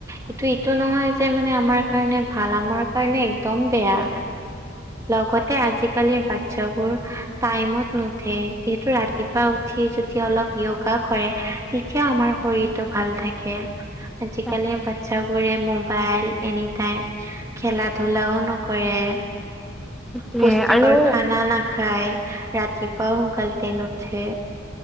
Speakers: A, on the right; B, in the centre.
A: এইটো এইটো নহয় যে মানে আমাৰ কাৰণে ভাল আমাৰ কাৰণেই একদম বেয়া লগতে আজিকালিৰ বাচ্ছাবোৰ টাইমত নো- উঠে যিহেতু ৰাতিপুৱা উঠি যদি অলপ যোগা কৰে তেতিয়া আমাৰ শৰীৰ- টো ভাল থাকে আজিকালি
B: তাকে
A: বাচ্ছা- বোৰে মোবাইল এনিটাইম খেলা ধূলাও নকৰে।
B: সেইটোৱে
A: পুষ্টিকৰ
B: আৰু
A: খানা নাখায় ৰাতি। পুৱাও সোণকালে নুঠে।